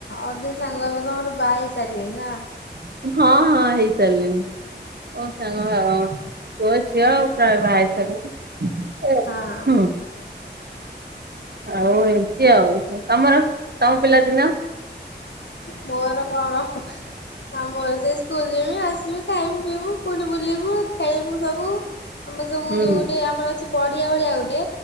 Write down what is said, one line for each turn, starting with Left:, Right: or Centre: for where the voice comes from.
Left: ଅଧେ ସାଙ୍ଗ ଏବେ ତମର ବାହାହେଇ ସାରିବେନି ନା
Right: ହଁ ହଁ ହେଇସାରିଲେଣି ସାଙ୍ଗ ପୁଅ ଝିଅ ଆଉ <unintelligible> ହ ଭଏ ସ ହୁଁ
Left: ହଁ
Right: <unintelligible> ଆଉ ଏମତି ଆଉ। ତମର ତମ ପିଲାଦିନ?
Left: ମୋର କଣ? ଆମର ସେ ସ୍କୁଲ ଯିବି ଆସିବି ଖାଇମି ପିଇବୁ ପୁଣି ବୁଲିବୁ ଖେଳିବୁ ସବୁ। ଆମର ସବୁ
Right: ହୁଁ
Left: ଯୋଉ ଗୋଟେ ଆମର ଅଛି ପଡିଆ ଭଳିଆ ଗୋଟେ।